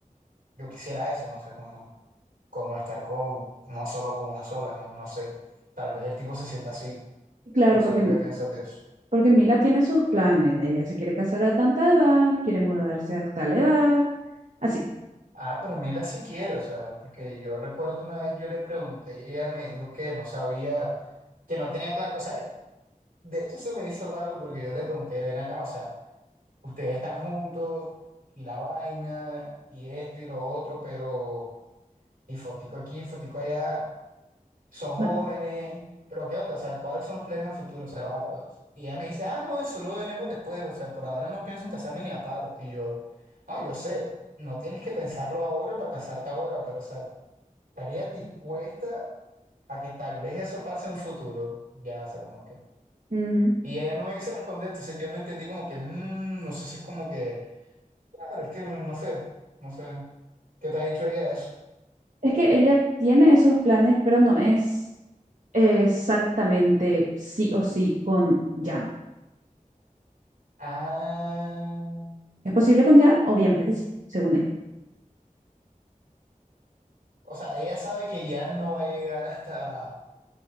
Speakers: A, on the right; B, on the right.
A: yo quisiera eso, no sé, como, como estar con, no solo con una sola, ¿no? No sé. Tal vez el tipo se sienta así.
B: Claro,
A: No sé
B: porque
A: tú qué piensas de eso.
B: Porque Mila tiene sus planes. Ella se quiere casar a tanta edad, quiere mudarse a tal edad. Así,
A: Ah, pero Mila sí quiere, o sea, porque yo recuerdo una vez yo le pregunté y ella me dijo que no sabía, que no tenía claro, o sea, de hecho se me hizo raro porque yo le pregunté, ven acá, o sea, ustedes están juntos y la vaina y esto y lo otro, pero y fotico aquí, fotico allá. son
B: no.
A: jóvenes, pero ¿qué onda? O sea, ¿cuáles son los planes a futuro? O sea, va- y ella me dice, ah, no, eso lo veremos después, o sea, por ahora no pienso en casarme ni a palo. Y yo, no, yo sé, no tienes que pensarlo ahora para casarte ahora, pero, o sea, ¿estarías dispuesta a que tal vez eso pase en un futuro? Ya, o sea, como que...
B: ujú.
A: Y ella no me quiso responder, entonces yo no entendí como que, "Mm, no sé si es como que, claro, es que no sé, no sé, ¿qué te ha dicho ella de eso?
B: Es que ella tiene esos planes, pero no es exactamente sí o sí con Jan.
A: Ah.
B: ¿Es posible con Jan? Obviamente que sí, según ella.
A: O sea, ella sabe que ya no va a llegar hasta,